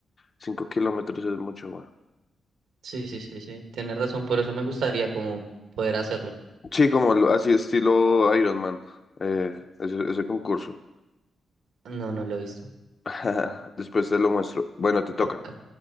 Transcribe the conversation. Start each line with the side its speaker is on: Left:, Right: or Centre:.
Left: cinco kilómetros es mucho, bueno.
Right: Sí, sí, sí, sí. Tienes razón. Por eso me gustaría como poder hacerlo.
Left: Sí, como lo- así estilo Ironman, eh, ese, ese concurso.
Right: No, no lo he visto.
Left: <laughs> Después te lo muestro. Bueno, te toca.
Right: Ok.